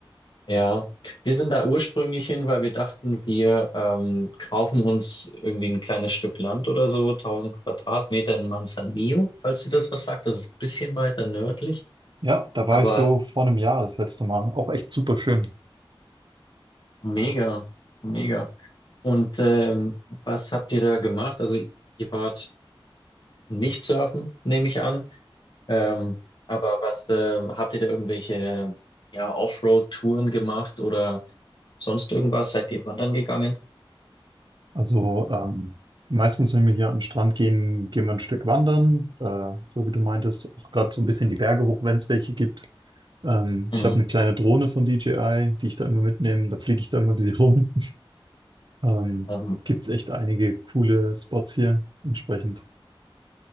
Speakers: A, on the left; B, on the right.
A: Ja, wir sind da ursprünglich hin, weil wir dachten, wir ähm, kaufen uns irgendwie ein kleines Stück Land oder so, tausend Quadratmeter in Manzanillo, falls dir das was sagt. Das ist ein bisschen weiter nördlich.
B: Ja, da war
A: Aber
B: ich so vor einem Jahr das letzte Mal. Auch echt super schön.
A: mega, mega. Und ähm, was habt ihr da gemacht? Also ihr wart nicht surfen, nehme ich an. Ähm, aber was ähm, habt ihr da irgendwelche ja, Offroad-Touren gemacht oder sonst irgendwas? Seid ihr wandern gegangen?
B: Also ähm, meistens, wenn wir hier an den Strand gehen, gehen wir ein Stück wandern. Äh, so wie du meintest, auch gerade so ein bisschen die Berge hoch, wenn es welche gibt. Ähm,
A: Mhm.
B: ich habe eine kleine Drohne von DJI, die ich da immer mitnehme. Da fliege ich da immer ein bisschen rum. <laughs> Ähm,
A: Ähm,
B: gibt es echt einige coole Spots hier entsprechend.